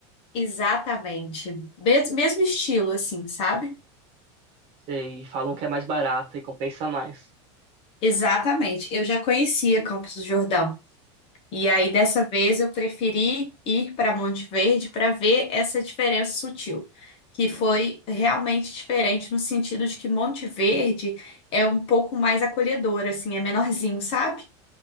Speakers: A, on the left; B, on the right.
A: Exatamente. Mes- Mesmo estilo, assim, sabe?
B: E falam que é mais barata e compensa mais.
A: Exatamente. Eu já conhecia Campos do Jordão. E aí, dessa vez, eu preferi ir para Monte Verde para ver essa diferença sutil, que foi realmente diferente no sentido de que Monte Verde é um pouco mais acolhedor, assim, é menorzinho, sabe?